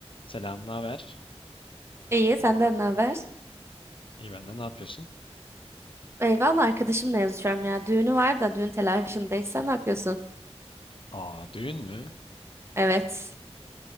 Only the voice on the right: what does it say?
İyi, senden ne haber?
Eyvallah arkadaşımla yazışıyorum ya. Düğünü var da düğün telaşındayız. Sen ne yapıyorsun?
Evet.